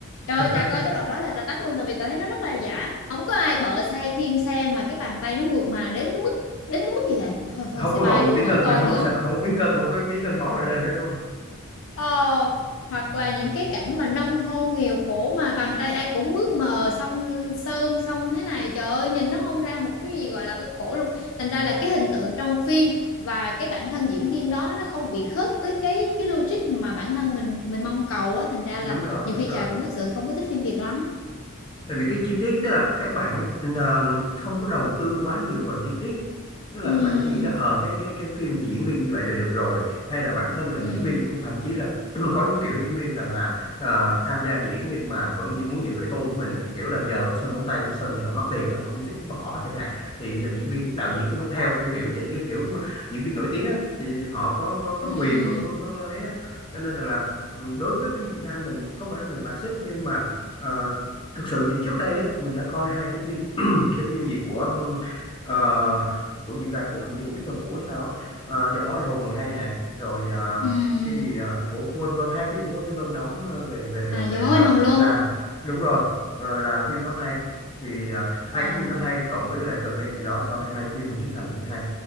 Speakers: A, on the left; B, on the left.
A: Trời
B: <laughs>
A: ơi, trà coi tới đoạn đó là trà tắt luôn tại vì trà thấy nó rất là giả. Không có ai bợ xe khiêng xe mà cái bàn tay nó mượt mà đến cái mức đến cái mức như vậy. Thôi thôi
B: không
A: xe
B: có
A: bay
B: gồng một
A: luôn
B: tí gân
A: không coi
B: rồi không
A: nữa.
B: có sợ không có miếng gân không có tí gân máu rồi lên hết luôn
A: Ờ, hoặc là những cái cảnh mà nông thôn nghèo khổ mà bàn tay ai cũng mướt mờ xong sơn xong thế này trời ơi nhìn nó không ra một cái gì gọi là cái khổ luôn thành ra là cái hình tượng trong phim và cái bản thân diễn viên đó nó không bị khớp với cái cái logic mà bản thân mình mình mong cầu á thành ra là
B: đúng rồi
A: nhiều
B: đúng
A: khi
B: rồi
A: Trà cũng thực sự không có thích phim Việt lắm
B: tại vì cái chi tiết tức là các bạn ờ, không có đầu tư quá nhiều vào chi tiết tức là
A: Ừm,
B: các bạn nghĩ là ờ cái cái cái phim thì diễn viên như vậy là được rồi hay là bản thân là
A: ừm,
B: diễn viên cũng- thậm chí là <clears throat> có những kiểu diễn viên rằng là ờ, tham gia diễn nhưng mà vẫn gi- muốn giữ cái tôi của mình á. kiểu là giờ sơn móng tay tôi sơn như rồi mất tiền lắm không thích bỏ chẳng hạn thì giờ diễn viên đạo diễn cũng phải theo kiểu kiểu vậy như kiểu mà diễn viên nổi tiếng á thì họ có có có
A: ừm,
B: quyền có có có ấy á. cho nên là, là ừ, đối với phim Việt Nam mình không phải là mình bài xích nhưng mà ờ, thực sự thì trước đây á, mình đã coi hai cái phim <clears throat> cái phim gì của ờ, của gì ta cũng hình như của Victor Vũ hay sao á. Ờ, Dòng máu anh hùng hay nè rồi ờ,
A: ừm.
B: cái gì ờ, của Ngô Thanh Vân hai phim của Ngô Thanh Vân đóng ờ, về về
A: à dòng
B: về hành
A: máu
B: động
A: anh hùng luôn
B: là đúng rồi ờ, là phim đó hay thì ờ,
A: ờ,
B: hai cái phim đó hay cộng với lại gần đây thì đó coi hai cái phim của Trấn Thành thấy hay